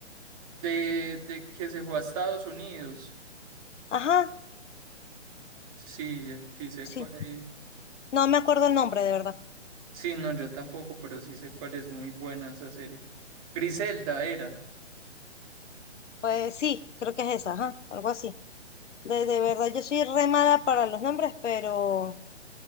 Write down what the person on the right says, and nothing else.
de, de que se fue a Estados Unidos.
Sí, eh, sí sé
cuál. eh,
Sí, no, yo tampoco, pero sí sé cuál es muy buena esa serie. Griselda era.